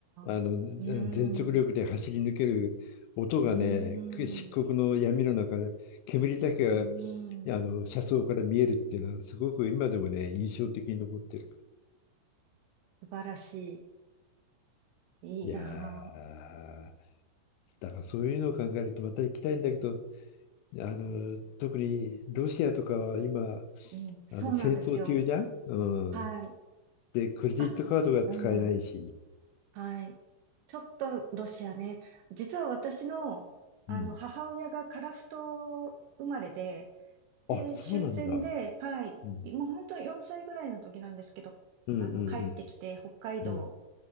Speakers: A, on the left; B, on the right.
A: あのぜ全速力で走り抜ける音がね、
B: あ、うーん。うーん。
A: 漆黒の闇の中、
B: う
A: で煙だけが
B: ーん。
A: あの車窓から見えるっていうのは、すごく今でもね、印象的に残ってる。
B: 素晴らしい。
A: いやー
B: いいなあ。
A: だからそういうのを考えるとまた行きたいんだけど、あの、特にロシアとかは今、あ
B: うん。そうなんですよ。
A: の戦争中じゃん、うん。
B: はい。
A: で、クレジットカードが使えないし。
B: あ、うん。はい。ちょっとロシアね。実は私の、あの母親が樺太
A: うん。
B: 生まれで、で、
A: あ、そうなんだ。
B: 終戦で、はい。
A: うん。
B: もう本当4歳ぐらいの時なんですけど、
A: うんうんうん。
B: あの、帰ってきて北海道
A: うん